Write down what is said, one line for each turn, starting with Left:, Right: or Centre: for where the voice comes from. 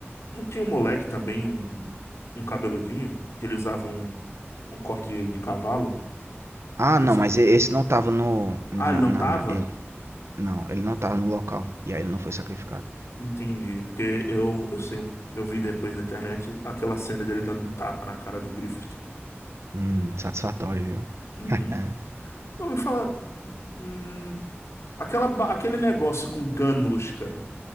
Left: Não tinha um moleque também, um, um cabeludinho, que ele usava um, um corte de, de cavalo?
Right: Ah,
Left: Ele
Right: não,
Left: sobre...
Right: mas e- esse não tava no. Na,
Left: Ah, ele não
Right: na,
Left: tava?
Right: ele, não, ele não tava no local. E aí ele não foi sacrificado.
Left: Entendi, porque eu, eu sei, eu vi depois na internet aquela cena dele dando um tapa na cara do Griffith.
Right: Hum, satisfatório, viu?
Left: Uhum.
Right: É,
Left: Eu me falar, hum, aquela, ba- aquele negócio com Ganushka.